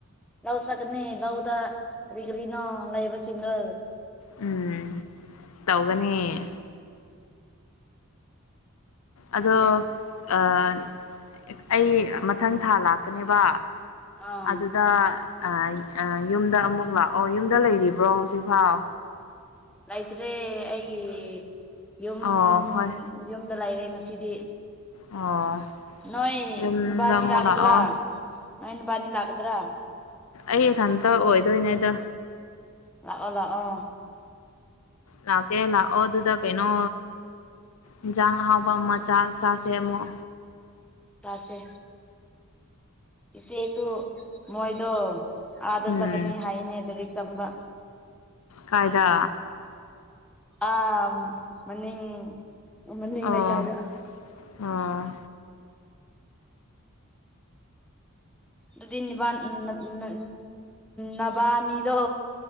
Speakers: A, in the centre; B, on the left.
A: ꯂꯧ ꯆꯠꯀꯅꯤ ꯂꯧꯗ ꯀꯔꯤ ꯀꯔꯤꯅꯣ ꯂꯩꯕ ꯁꯤꯡꯗꯣ
B: ꯎꯝ ꯇꯧꯒꯅꯤ ꯑꯗꯣ ꯑꯥ ꯑꯩ ꯃꯊꯪ ꯊꯥ ꯂꯥꯛꯀꯅꯦꯕ
A: ꯑꯥ
B: ꯑꯗꯨꯗ ꯑ ꯑ ꯌꯨꯝꯗ ꯑꯃꯨꯛ ꯂꯥꯛꯑꯣ ꯌꯨꯝꯗ ꯂꯩꯔꯤꯕ꯭ꯔꯣ ꯍꯧꯖꯤꯛ ꯐꯥꯎ
A: ꯂꯩꯇ꯭ꯔꯦ ꯑꯩꯒꯤ ꯌꯨꯝ
B: ꯑꯣ ꯍꯣꯏ
A: ꯌꯨꯝꯗ ꯂꯩꯔꯦ ꯉꯁꯤꯗꯤ
B: ꯑꯣ
A: ꯅꯣꯏ
B: ꯌꯨꯝꯗ
A: ꯅꯨꯕꯥꯅꯤ
B: ꯑꯃꯨꯛ
A: ꯂꯥꯛꯀꯗ꯭ꯔꯥ
B: ꯂꯥꯛꯑꯣ
A: ꯅꯣꯏ ꯅꯨꯕꯥꯅꯤ ꯂꯥꯛꯗ꯭ꯔꯥ
B: ꯑꯩ ꯏꯊꯟꯇ ꯑꯣꯏꯗꯣꯏꯅꯦꯗ
A: ꯂꯥꯛꯑꯣ ꯂꯥꯛꯑꯣ
B: ꯂꯥꯛꯀꯦ ꯂꯥꯛꯑꯣ ꯑꯗꯨꯗ ꯀꯩꯅꯣ ꯏꯟꯖꯥꯡ ꯑꯍꯥꯎꯕ ꯑꯃ ꯆꯥ ꯆꯥꯁꯦ ꯑꯃꯨꯛ
A: ꯆꯥꯁꯦ ꯏꯆꯦꯁꯨ ꯃꯣꯏꯗꯣ ꯑꯥꯗ
B: ꯎꯝ
A: ꯆꯀꯅꯤ ꯍꯥꯏꯅꯦ ꯂꯔꯤꯛ ꯇꯝꯕ
B: ꯀꯥꯏꯗ
A: ꯑꯥ ꯃꯅꯤꯡ ꯃꯅꯤꯡ
B: ꯑꯣ
A: ꯂꯩꯀꯥꯏꯗ
B: ꯑꯣ
A: ꯑꯗꯨꯗꯤ ꯅꯤꯕꯥꯟ ꯅ ꯅ ꯅꯕꯥꯅꯤꯗꯣ